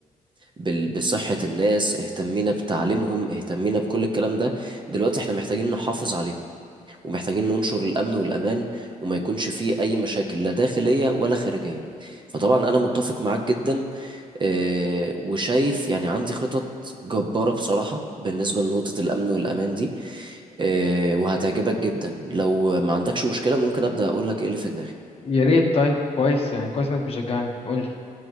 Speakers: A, on the right (about 35°); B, on the left (about 40°).
A: بال بصحة الناس اهتمينا بتعليمهم اهتمينا بكل الكلام ده دلوقتي إحنا محتاجين نحافظ عليهم ومحتاجين ننشر الأمن والأمان وما يكونش فيه أي مشاكل لا داخلية ولا خارجية فطبعا أنا متفق معاك جدا آه، وشايف يعني عندي خطط جبارة بصراحة بالنسبة لنقطة الأمن والأمان دي آه، وهتعجبك جدا لو ما عندكش مشكلة ممكن أبدأ أقول لك إيه اللي في دماغي
B: يا ريت طيب كويس يعني كويس انك مشجعني قول لي